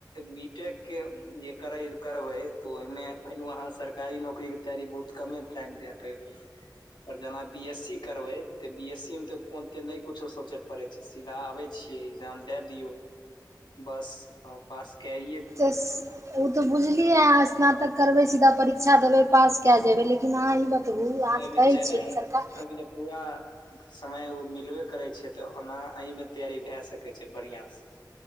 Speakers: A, on the left; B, on the right.
A: बी टेकके जे करै करबै तऽ ओहिमे फे वहाँ सरकारी नौकरी के तैयारी बहुत कमे टाइम देए पेबै कर जाना बी एस सी करबै तऽ बी एस सी मे तऽ कोते नहि कुछो सोचे पड़े छै सीधा आबे छियै एग्जाम दए दियौ बस पास कय
B: एस उ तऽ ओ तऽ बुझलियै स्नातक करबै सीधा परीक्षा देबै पास क जेबै लेकिन अहाँ ई बतबू अहाँ
A: ऐ
B: जे
A: मे
B: कहै
A: ज्यादा
B: छियै कि
A: ऐ
B: सरकार
A: मे ने पूरा समय ओ मिलबे करै छै तऽ ओना एहिमे तैयारी भए सकै छै बढ़िआँसँ